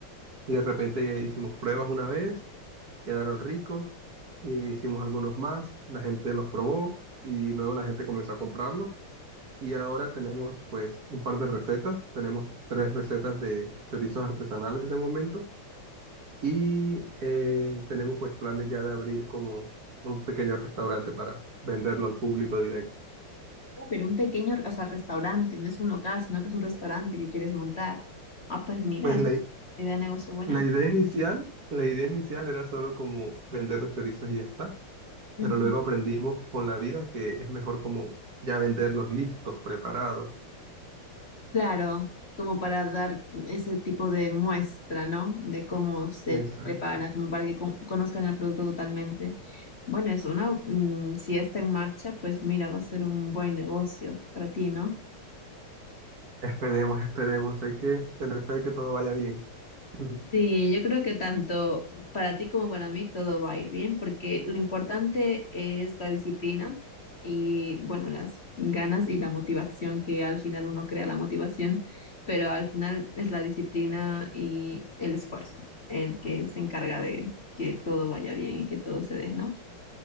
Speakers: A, on the right; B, on the left.
A: Y de repente hicimos pruebas una vez quedaron ricos, e hicimos algunos más, la gente los probó y luego la gente comenzó a comprarlos. Y ahora tenemos pues un par de recetas, tenemos tres recetas de chorizos artesanales de momento y eh, tenemos pues planes ya de abrir como un pequeño restaurante para venderlo al público directo.
B: Ah, pero un pequeño, o sea, restaurante, no es un local, sino que es un restaurante que quieres montar. Ah, pues mira,
A: Pues
B: es
A: la,
B: una
A: i-
B: idea de negocio buena.
A: la idea inicial, la idea inicial era solo como vender los chorizos y ya está,
B: Ujú.
A: pero luego aprendimos con la vida que es mejor como ya venderlos listos, preparados.
B: Claro, como para dar ese tipo de muestra, ¿no? De cómo se
A: Exacto.
B: prepara, como para que con- conozcan el producto totalmente. Bueno, es una, mm, si ya está en marcha, pues mira, va a ser un buen negocio para ti, ¿no?
A: Esperemos, esperemos. Hay que tener fe de que todo vaya bien. <laughs>
B: Sí, yo creo que tanto para ti como para mí todo va a ir bien, porque lo importante es la disciplina y, bueno, las ganas y la motivación, que al final uno crea la motivación, pero al final es la disciplina y el esfuerzo el que se encarga de que todo vaya bien y que todo se dé, ¿no?